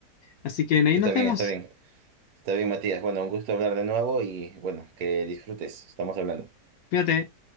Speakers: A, on the left; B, on the right.
A: Así que ahí
B: Está
A: nos
B: bien,
A: vemos.
B: está bien. Está bien, Matías. Bueno, un gusto hablar de nuevo y bueno, que disfrutes. Estamos hablando.
A: Cuídate.